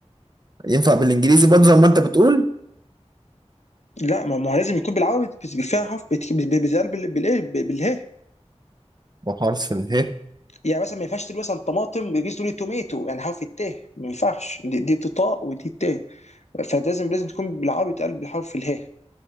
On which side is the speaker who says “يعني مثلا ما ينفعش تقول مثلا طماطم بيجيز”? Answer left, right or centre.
Left